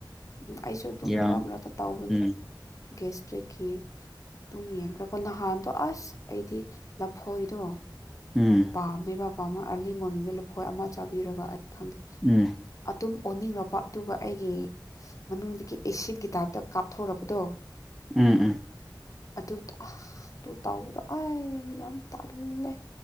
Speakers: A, on the left (about 45°); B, in the centre.
A: ꯎꯝ ꯑꯩꯁꯨ ꯑꯗꯨꯝ
B: ꯌꯥꯝ
A: ꯃꯔꯛ ꯃꯔꯛꯇ ꯇꯧꯕꯅꯦ
B: ꯎꯝ
A: ꯒꯦꯁꯇ꯭ꯔꯤꯛꯀꯤ ꯑꯗꯨꯝ ꯌꯦꯡꯈ꯭ꯔꯀꯣ ꯅꯍꯥꯟꯗꯣ ꯑꯁ ꯑꯩꯗꯤ ꯂꯐꯣꯏꯗꯣ
B: ꯎꯝ
A: ꯄꯥꯝꯃꯦꯕ ꯄꯥꯝꯃꯥ ꯑꯥꯔꯂꯤ ꯃꯣꯔꯅꯤꯡꯗ ꯂꯐꯣꯏ ꯑꯃ ꯆꯥꯕꯤꯔꯒ ꯑꯩ ꯈꯪꯗꯦ
B: ꯎꯝ
A: ꯑꯗꯨꯝ ꯑꯣꯅꯤꯡꯔꯄ ꯑꯗꯨꯒ ꯑꯩꯒꯤ ꯃꯅꯨꯡꯗꯒꯤ ꯑꯦꯁꯤꯠꯀꯤ ꯇꯥꯏꯞꯇ ꯀꯥꯞꯊꯣꯔꯛꯄꯗꯣ
B: ꯎꯝ ꯎꯝ
A: ꯑꯗꯨ ꯇꯣ ꯑꯥꯍ ꯑꯇꯨ ꯇꯥꯎꯕꯗꯣ ꯑꯥꯏ ꯌꯥꯝ ꯇꯜꯂꯦ